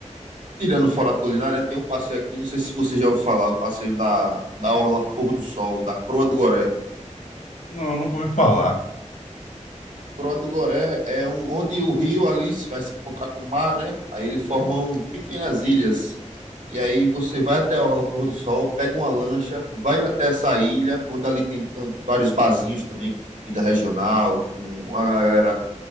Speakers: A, on the right; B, on the left.
A: tirando fora a culinária, tem um passeio aqui, não sei se você já ouviu falar, o passeio da, da Orla Pôr do Sol, da Croa do Goré.
B: <laughs> Não, nunca ouvi falar.
A: Croa do Goré é um, onde o rio ali vai se encontrar com o mar, né? Aí eles formam pequenas ilhas. E aí você vai até a Orla Pôr do Sol, pega uma lancha, vai até essa ilha, onde ali tem tanto- vários barzinhos também, comida regional, com uma galera,